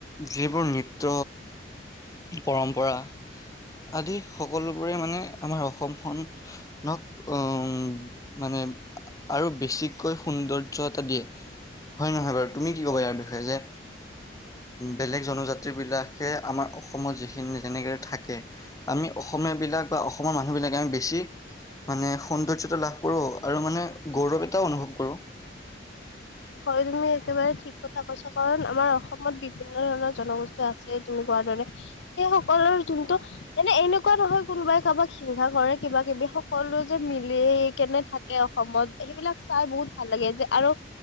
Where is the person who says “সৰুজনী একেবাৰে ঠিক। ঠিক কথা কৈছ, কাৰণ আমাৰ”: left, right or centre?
Left